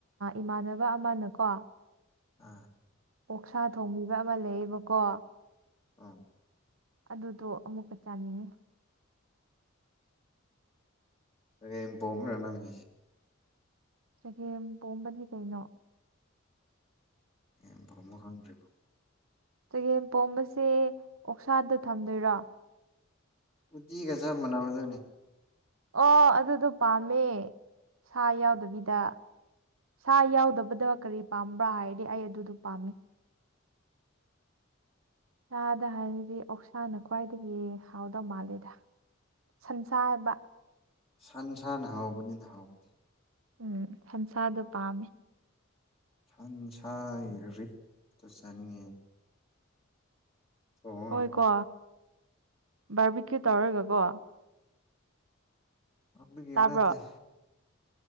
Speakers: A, on the right; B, on the left.
A: ꯏꯃꯥꯟꯅꯕ ꯑꯃꯅꯀꯣ
B: ꯑꯥ
A: ꯑꯣꯛꯁꯥ ꯊꯣꯡꯕꯤꯕ ꯑꯃ ꯂꯩꯌꯦꯕꯀꯣ
B: ꯎꯝ
A: ꯑꯗꯨꯗꯣ ꯑꯃꯨꯛꯀ ꯆꯥꯅꯤꯡꯉꯤ
B: ꯔꯦꯝ ꯄꯣꯝꯕꯔꯥ ꯅꯪꯒꯤ
A: ꯆꯒꯦꯝ ꯄꯣꯝꯕꯗꯤ ꯀꯩꯅꯣ
B: ꯒꯦꯝ ꯄꯣꯝꯕ ꯈꯪꯗ꯭ꯔꯤꯕꯣ
A: ꯆꯒꯦꯝꯄꯣꯝꯕꯁꯦ ꯑꯣꯛꯁꯥꯗ ꯊꯝꯗꯣꯏꯔꯣ
B: ꯎꯇꯤꯒ ꯆꯝ ꯃꯅꯕꯗꯣ
A: ꯑꯣ ꯑꯗꯨꯗꯣ ꯄꯥꯝꯃꯦ ꯁꯥ ꯌꯥꯎꯗꯕꯤꯗ꯫ ꯁꯥ ꯌꯥꯎꯗꯕꯗ ꯀꯔꯤ ꯄꯥꯝꯕ꯭ꯔꯥ ꯍꯥꯏꯔꯗꯤ ꯑꯩ ꯑꯗꯨꯗꯨ ꯄꯥꯝꯃꯤ ꯁꯥꯗ ꯍꯥꯏꯔꯗꯤ ꯑꯣꯛꯁꯥꯅ ꯈ꯭ꯋꯥꯏꯗꯒꯤ ꯍꯥꯎꯗꯧ ꯃꯥꯜꯂꯦꯗ꯫ ꯁꯟꯁꯥꯕ
B: ꯁꯟ ꯁꯥꯅ ꯍꯥꯎꯕꯅꯤꯅ ꯍꯥꯎꯕꯗꯤ
A: ꯎꯝ ꯁꯟꯁꯥꯗꯣ ꯄꯥꯝꯃꯦ
B: ꯁꯟ ꯁꯥꯏ ꯔꯤꯛꯇꯣ ꯆꯅꯤꯡꯉꯦ ꯊꯣꯡꯉꯒꯀꯣ
A: ꯍꯣꯏꯀꯣ ꯕꯥꯔꯕꯤꯀ꯭ꯌꯨ ꯇꯧꯔꯒꯀꯣ
B: <unintelligible>
A: ꯇꯥꯕ꯭ꯔꯣ
B: ꯅꯠꯇꯦ